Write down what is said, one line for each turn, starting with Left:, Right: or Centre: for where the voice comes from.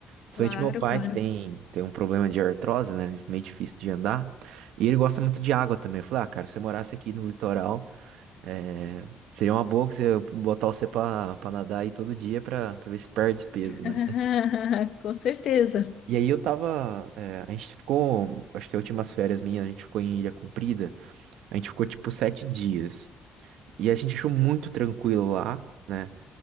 Right: Principalmente
Left: claro,
Right: meu pai,
Left: claro.
Right: que tem, tem um problema de artrose, né, meio difícil de andar, e ele gosta muito de água também. Eu falei, ah, cara, se você morasse aqui no litoral, É, seria uma boa que você botar você pra, pra nadar aí todo dia pra, pra ver se perde peso,
Left: <laughs>
Right: né?
Left: Com certeza.
Right: E aí eu tava. é, a gente ficou. Acho que as últimas férias minhas, a gente ficou em Ilha Comprida. A gente ficou tipo sete dias. E a gente achou muito tranquilo lá, né?